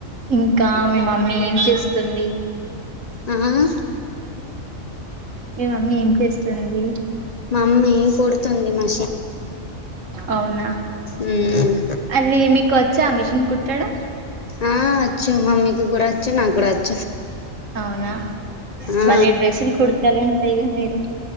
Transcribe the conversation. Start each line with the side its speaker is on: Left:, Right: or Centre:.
Right: ఇంకా మీ మమ్మీ ఏం చేస్తుంది.
Left: ఆహాహ్
Right: మీ మమ్మీ ఏం చేస్తుంది?
Left: మమ్మీ కుడుతుంది. మ
Right: అవునా.
Left: మ్మ్
Right: అవి మీకు వచ్ చ్చా మిషన్ కుట్టడం.
Left: ఆ వచ్చు. మమ్మీకి గూడా వచ్చు, నాగూడా వ
Right: అవునా.
Left: ఆ
Right: బలే డ్రెస్లు కుడతారంట. ఇగ మీరు?